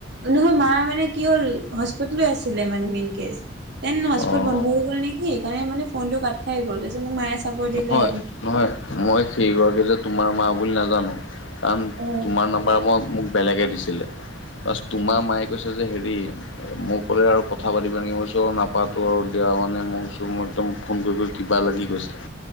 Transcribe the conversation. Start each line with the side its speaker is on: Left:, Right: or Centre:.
Right: নহয় মাৰ মানে কি হ'ল হস্পিতালায়েজ আছিলে মানে মেইন কেচ দেন হজ্পত
Left: অঁ
Right: বন্ধ হৈ গ'ল নেকি সেইকাৰণে মানে ফোনটো কাত খাই গল তাৰ পিছত মায়ে চাব
Left: নহয়
Right: দিলে
Left: নহয় মই সেইগৰাকী যে তোমাৰ মা বুলি নাজানো কাৰণ
Right: অ
Left: তোমাৰ নাম্বাৰ মই মোক বেলেগে দিছিলে বাছ তোমাৰ মায়ে কৈছে যে হেৰি মোক ক'লে আৰু কথা পাতিবা নেকি মই কৈছোঁ নাপাতো আৰু দিয়া মানে মই কৈছোঁ মোৰ একদম ফোন কৰি কৰি কিবা লাগি গৈছে।